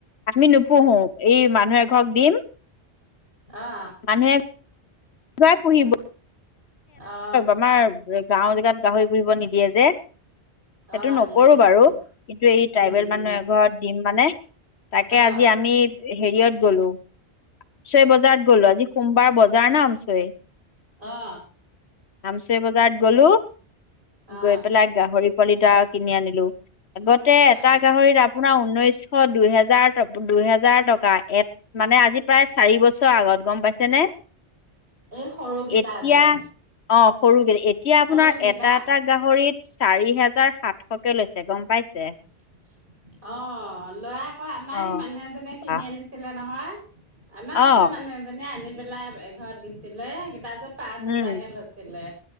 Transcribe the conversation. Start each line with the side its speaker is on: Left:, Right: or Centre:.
Left: আমি নোপোহো, এই মানুহ এঘৰক দিম।
Right: অ
Left: মানুহে <unintelligible> <unintelligible>
Right: অ
Left: আমাৰ গাওঁ জেগাত গা <unintelligible> দিয়ে যে, সেইটো
Right: অ
Left: নকৰো
Right: নিদিয়ে
Left: বাৰু।
Right: তোন
Left: কিন্তু এই ট্ৰাইবেল
Right: উম উম
Left: মানুহ এঘৰত দিম মানে, তাকে
Right: অ
Left: আজি আমি হেৰিয়ত গলো, ছয় বজাৰত গলো আজি সোমবাৰ বজাৰ নে <unintelligible>
Right: অ
Left: আামচৰি বজাৰত গলো,
Right: অ
Left: গৈ পেলাই গাহৰি পোৱালিটা কিনি আনিলো। আগতে
Right: অ
Left: এটা গাহৰিত আপোনাৰ উন্নৈচ <unintelligible> দুইহেজাৰ ট দুহেজাৰ টকা, এত মানে আজি প্ৰায় চাৰি বছৰ আগত, গম পাইছেনে?
Right: এই সৰুকেইতা
Left: এতিয়া
Right: যে
Left: অ', সৰুগে, এতিয়া
Right: সৰুকেইটা
Left: আপোনাৰ এটা এটা গাহৰিত চাৰি হেজ <unintelligible> সাতশকে লৈছে গম পাইছে। <unintelligible>
Right: অ', লৰা আকৌ, আমাৰ
Left: অ
Right: হে মানুহ এজনে
Left: বা
Right: কিনি আনিছিলে নহয়। আমাৰ
Left: অ
Right: ওচৰৰ মানুহ এজনীয়ে আনি‌ পেলাই এঘৰত দিছিলে। দাৰ্জত পাঁচ
Left: উম
Right: হোজাৰকে লৈছিলে,